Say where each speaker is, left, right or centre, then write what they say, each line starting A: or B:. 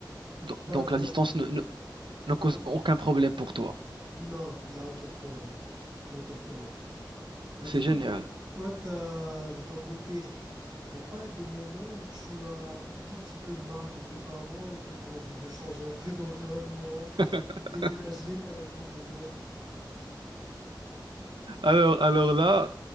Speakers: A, on the right (about 85°); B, on the right (about 65°).
A: Do-
B: Toi,
A: Donc,
B: de ton
A: la distance
B: côté,
A: ne, ne- ne cause
B: non,
A: aucun problème pour toi.
B: Non, il n'y a aucun problème, non. Il n'y a aucun problème. Et
A: C'est
B: du coup,
A: génial.
B: toi, t'as, de ton côté, il n'y a pas des moments où tu as un tout petit peu marre de tes parents et que tu as envie de changer un peu <laughs> d'environnement,
A: <laughs>
B: déménager, par exemple, je sais pas.
A: Alors, alors là,